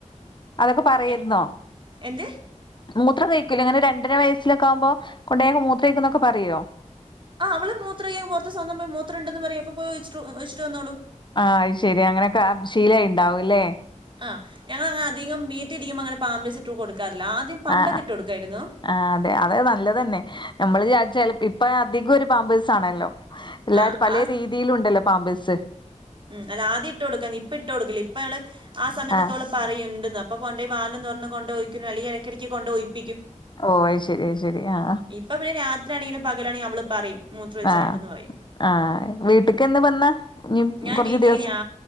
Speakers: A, on the left; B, on the right.
A: അതൊക്കെ പറയേർന്നോ
B: എ- എന്ത്
A: മൂത്രം സയ്ക്കൂലെ ങ്ങനെ രണ്ടര വയസ്സിലൊക്കാവുമ്പോ കൊണ്ടയാകുമ്പോ മൂത്രയ്ക്കന്നൊക്കെ പറയ്വോ
B: ആ അവള് മൂത്രൊയ്ക്കാൻ പൊർത്ത് സ്വന്തം പോയി മൂത്രംണ്ടെന്ന് പറയും അപ്പൊ പോയി ഒയിച്ചിട്ട് ഒയിച്ചിട്ട് വെന്നോളും.
A: ആഹ് അയ്ശെരി അങ്ങനൊക്കെ ശീലായീണ്ടാവുംല്ലേ
B: ആ ഞങ്ങളെങ്ങനെ അധികം വീട്ടീർക്കുമ്പോ അങ്ങനെ പാമ്പേസിട്ട് കൊടുക്കാറില്ല ആദ്യം പണ്ടൊക്കെ
A: ആ്
B: ഇട്ട് കൊടുക്കായിരുന്നു
A: ആ അതെ അത് നല്ലതന്നെ നമ്മള് ചാരിച്ചാൽ ഇപ്പയ്നതികോരു പാമ്പേഴ്സ് ആണല്ലോ എല്ലാരും
B: ആ
A: പലേ
B: ആ
A: രീതീലും തീലുണ്ടല്ലോ പാമ്പേഴസ്
B: ഉം അല്ലാദ്യട്ട്ട്ക്കാൻ ഇപ്പൊട്ടൊടുക്കില ഇപ്പ ഞങ്ങള് ആ സമയത്തക്കവള്
A: ആഹ്
B: പറയുണ്ട്ന്ന് അപ്പൊകൊണ്ടോയ് വായ്ലും തുറന്ന് കൊണ്ടോയ് ഒയ്ക്കും അല്ലെങ്കി എടക്കടയ്ക്ക് കൊണ്ടോയ് ഒയ്പ്പിക്കും
A: ഓ അയ്ശരി അയ്ശരി ആഹ
B: പ്പൊപിന്നെ രാത്രിയാണെങ്കിലും പകലാണെങ്കിലും അവള് പറയും മൂത്രൊയ്ചാണ്ടെന്ന്
A: ആഹ്
B: പറയും
A: ആഹ് വീട്ടിക്കെന്ന് വന്നാ ഇനി
B: ഞാൻ
A: കൊറച്ച്
B: വീട്ടിക്ക്
A: ദിവസം
B: ഞാ